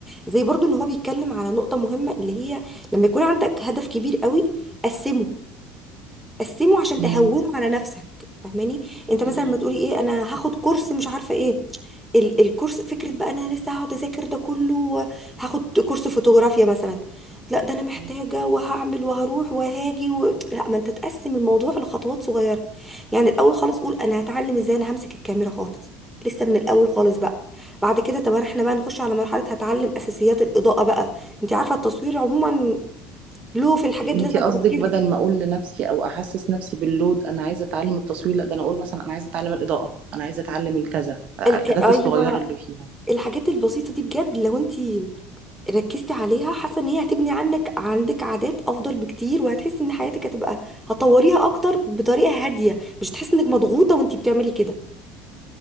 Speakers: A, in the centre; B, on the right.
A: زي برضو ان هو بيتكلم على نقطه مهمه اللي هي لما يكون عندك هدف كبير قوي قسمه قسمه عشان
B: امم
A: تهونه على نفسك فاهماني انت مثلا
B: ايوه
A: ما تقولي ايه انا هاخد كورس مش عارفه ايه ال الكورس فكره بقى انا لسه هقعد اذاكر ده كله هاخد كورس فوتوغرافيا مثلا لا ده انا محتاجه
B: أيوه.
A: وهعمل وهروح وهاجي و... لا ما انت تقسم الموضوع لخطوات صغيره يعني الاول خالص قول انا هتعلم ازاي انا همسك الكاميرا خالص لسه من الاول خالص بقى بعد كده طب احنا بقى نخش على مرحله هتعلم اساسيات الاضاءه بقى انت عارفه التصوير عموما له في الحاجات
B: انتي
A: لازم
B: قصدك
A: تركزي
B: بدل ما اقول لنفسي او احسس نفسي باللود انا عايزه اتعلم التصوير لا ده انا اقول مثلا انا عايزه اتعلم الاضاءه انا عايزه اتعلم الكذا الحاجات
A: الك... ايوه
B: الصغيره اللي فيها
A: الحاجات البسيطة دي بجد لو انتي ركزتي عليها حاسة ان هي هتبني عنك عندك عادات افضل بكتير وهتحسي ان حياتك هتبقى هتطوريها اكتر بطريقة هادية مش هتحسي انك مضغوطة وانتي بتعملي كده